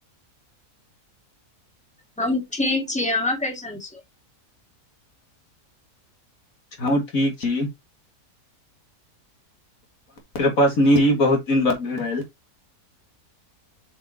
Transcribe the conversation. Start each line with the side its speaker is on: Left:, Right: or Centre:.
Centre: हम ठीक छी अहाँ कैसन छी?
Left: हमहूँ ठीक छी। कृपा सनिही <unintelligible> बहुत दिन बाद भेल।